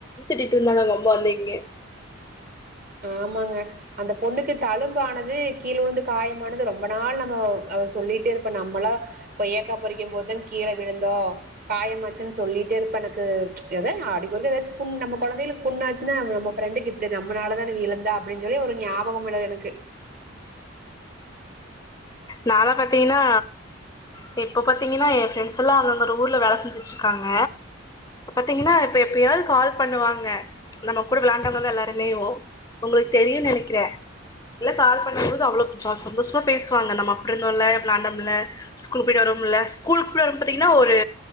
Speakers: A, on the left; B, on the right.
A: திட்டிட் இருந்தாங்க அவுங்க அம்மா வந்து இங்கெ.
B: ஆமாங்க அந்த பொண்ணுக்கு தழும் பானது கீழ உழுந்து காயமானது ரொம்ப நாள் நம்மோ அவ சொல்லிட்டே இருப்பா. நம்மலா கொய்யக்கா பறிக்கம்போதுதா கீழ விழுந்தோ காயமாச்சுன் சொல்லிட்டே இருப்பா. எனக்கு ச்ச் அடிக்கொருக்க எதாச் புண் நம்ம கொழந்தைளுக்கு புண்ணாச்சினா நம்ம ஃபரண்டுக்கு இப்டி நம்ளால தா விழுந்தா அப்டிஞ் சொல்லி ஒரு ஞாபகம் <unintelligible> எனக்கு.
A: நால்லா பாத்தீங்ன்னா ப்ச் இப்போ பாத்தீங்ன்னா என் ஃப்ரெண்ட்ஸ் எல்லா அந்தந்த ஊர்ல வேல செஞ்சுட்ருக்காங்க. பாத்தீங்ன்னா இப்ப எப்பயாவது கால் பண்ணுவாங்க ச்ச் நம்ம கூட விளாண்டவங்கதா எல்லாருமேவு உங்களுக் தெரியூ நெனைக்றே. இல்ல கால் பண்ணும்போது அவ்ளோ சந்தோஷமா பேசுவாங்க. நம்ம அப்டி இருந்தோமில்ல, வெளாண்டோமில்ல, ஸ்கூல்க்கு போய்ட்டு வருவோமில்ல, ஸ்கூலுக்கு போய்ட் வரும்போது பாத்தீங்ன்னா ஒரு,